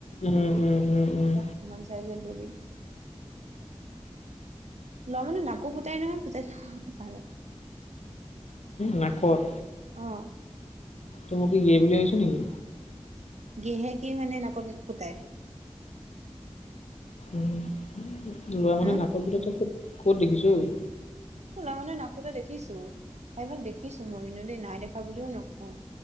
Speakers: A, on the left; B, on the right.
A: উম, উম, উম, উম,
B: এটা সমান চাইজৰ ল'বি লৰা মানু্হ নাকো পুটাই নহয় পুটাই থলে ভালে
A: নাকত
B: অ',।
A: তই মোক কি গে বুলি ভাবিছঁ নেকি?
B: গেহে কি মানে নাকত ফুটাই
A: উম', লৰা মানুহে
B: হা
A: নাকত ফুটোৱা ক'ত- ক'ত দেখিছ ঐ?
B: লৰা মানুহে নাক ফুটোৱা দেখিছো, প্ৰাইভাগ দেখিছো মই কিন্তু দেই নাই দেখা বুলিও নকওঁ।